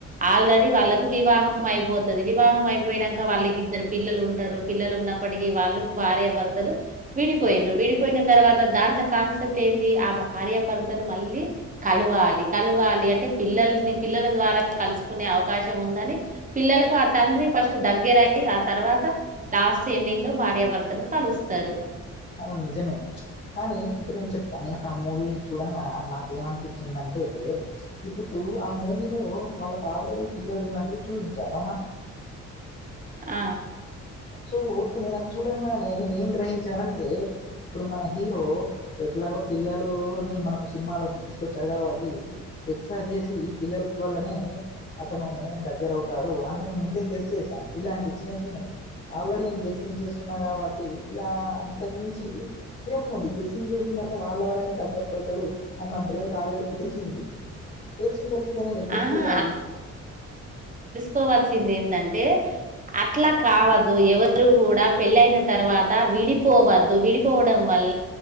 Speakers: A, on the right (about 25°); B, on the left (about 35°).
A: ఆల్రెడీ వాళ్ళకు వివాహం అయిపోతది వివాహం అయిపోయినంక వాళ్ళకి ఇద్దరు పిల్లలు ఉంటరు పిల్లలు ఉన్నప్పటికీ వాళ్ళు భార్యాభర్తలు విడిపోయిండ్రు, విడిపోయిన తర్వాత దాంట్లో కాన్సెప్ట్ ఏంది ఆ భార్యాభర్త లు మళ్ళీ కలవాలి కలవాలి అంటే పిల్లల్ని పిల్లల ద్వారా కలుసుకునే అవకాశం ఉందని పిల్లలకు ఆ తండ్రిని ఫస్ట్ దగ్గర అయ్యి ఆ తర్వాత లాస్ట్ ఎండింగ్ లో భార్యాభర్తలు కలుస్తరు
B: అవును అండి నిజమే చుప్ కానీ ఇప్పుడు నేను చెప్తాను, నేను ఆ మూవీ చూడంగా నాకేమనిపించిందంటే ఇప్పుడు ఆ మూవీలో వాళ్ళకు ఆల్రెడీ పిల్లలు ఉన్నట్టు చూయించారు అవునా
A: ఆ
B: సో నేను అది చూడంగానే నేను ఏం గ్రహించానంటె అంటే ఇప్పుడు మన హీరో ఎట్లాగో పిల్లలుని మనకు సినిమాలో తీసుకొచ్చారు కాబట్టి ఎట్లా చేసి పిల్లల వల్లనే అతను దగ్గరవుతు రు అ నేను ముందే గెస్ చేసాను ఇలాంటి చిన్న చిన్న ఆల్రెడీ నేను గెస్ చేస్తున్నా కాబట్టి ఇగా అంతకు మించి ఏముంది గెస్సింగ్ చేసిన తర్వాత వాళ్ళ వాళ్ళనే దగ్గర అయితాడు అన్న బ్రెయిన్ ఆల్రెడీ తెలిసింది తెలిసిన తర్వాత ఇక నేను ఎందుకు
A: ఆహా
B: చూడాలి?
A: కోవాల్సింది ఏంటంటే అట్లా కావద్దు ఎవరు కూడా పెళ్ళయిన తర్వాత విడిపోవద్దు. విడిపోవడం వల్ల